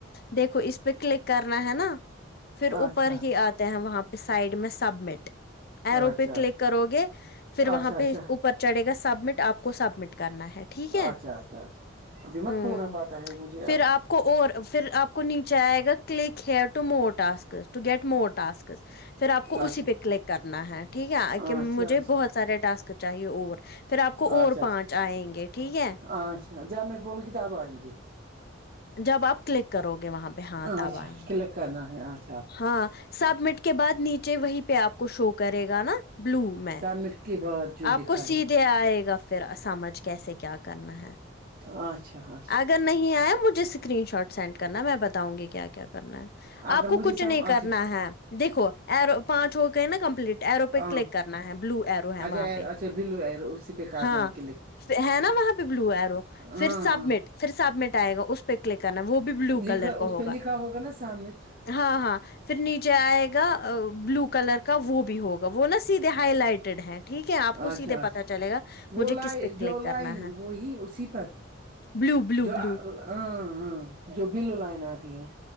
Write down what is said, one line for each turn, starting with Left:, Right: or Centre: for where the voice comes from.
Left: دیکھو اس پہ کلک کرنا ہے نا
Right: ہے
Left: پھر اوپر
Right: اچھا
Left: ہی آتے ہیں وہاں پہ سائڈ میں سبمٹ ایرو
Right: اچھا
Left: پہ کلک کرو گے پھر وہاں
Right: اچھا اچھا اچھا
Left: پہ اوپر پر چڑھے گا سبمٹ آپ کو سبمٹ کرنا ہے ٹھیک ہے
Right: اچھا اچھا اچھا ابھی مت
Left: ہوں
Right: پورا پاتا ہے مجھے
Left: پھر
Right: اب
Left: آپ کو اور پھر آپ کو نیچے آئے گا click here to more tasks to get more tasks پھر آپ کو
Right: اچھا
Left: اسی پہ کلک کرنا ہے ٹھیک ہے کہ مجھے
Right: اچھا اچھا
Left: بہت سارے ٹاسک چاہیے اور پھر آپ کو
Right: اچھا
Left: اور پانچ آئیں گے ٹھیک ہے
Right: اچھا اچھا جب میں بول کتاب آئیں گی
Left: جب آپ کلک کرو گے وہاں پہ
Right: ہاں
Left: تب
Right: اچھا
Left: آئیں گے
Right: کلک کرنا ہے اچ
Left: ہاں سب مٹ کے بعد نیچے وہیں پہ آپ کو شو کرے گا نا بلو میں
Right: سبمٹ کے بعد جو لکھا
Left: آپ کو سیدھے
Right: ہے
Left: آئے گا پھر سمجھ کیسے کیا کرنا ہے
Right: ہاں اچھا اچھا
Left: اگر نہیں آیا مجھے اسکرین شاٹ سینڈ کرنا ہے میں بتاؤں گی کیا کیا کرنا ہے
Right: اگر
Left: آپ کو
Right: مجھے
Left: کچھ
Right: سم
Left: نہیں کرنا
Right: اچھا
Left: ہے دیکھو ایر پانچ ہو کے نا کمپلیٹ ایرو پہ
Right: ہاں
Left: کلک کرنا ہے بلو ایرو ہے
Right: اچھا
Left: وہاں پہ
Right: اچھا بلو ایر اسی پہ کرنا
Left: ہاں
Right: ہے کلک
Left: ہے نا وہاں پہ بلو ایرو
Right: ہاں
Left: پھر سب
Right: ہاں
Left: مٹ پھر سب مٹ آئے گا اس پے کلک کرنا وہ بھی بلو
Right: لکھا
Left: کلر کا
Right: اس
Left: ہوگا
Right: پہ لکھا نا سامت
Left: ہاں ہاں پھر نیچے آئے گا بلو کلر کا وہ بھی ہوگا وہ نا سیدھے ہائی لائٹیڈ ہے ٹھیک ہے آپ کو
Right: اچھا
Left: سیدھے پتا
Right: اچھا
Left: چلے گا مجھے
Right: وہ لائ
Left: کس پہ کلک
Right: جو لائن
Left: کرنا ہے
Right: وہی اسی پر
Left: بلو بلو
Right: جو
Left: بلو
Right: آ ہاں جو بلو لائن آتی ہیں